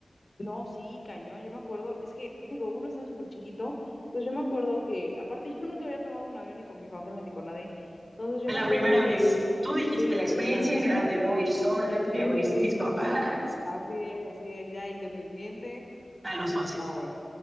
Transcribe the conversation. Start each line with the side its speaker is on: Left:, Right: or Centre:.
Left: No, sí, cañón. Yo me acuerdo, es que, digo, uno está súper chiquito. Entonces yo me acuerdo que, aparte, <laughs> yo nunca había tomado un avión ni con mi familia ni con nadie. Entonces yo
Right: La
Left: me acuerdo
Right: primera
Left: que,
Right: vez, tú dijiste
Left: sí, la
Right: la experiencia
Left: primera vez.
Right: en grande, me voy a ir sola, <laughs>
Left: Sí,
Right: me voy
Left: sí,
Right: a ir sin
Left: sí.
Right: mis papás,
Left: Así es, así es. Ya independiente.
Right: a los once
Left: No, bueno.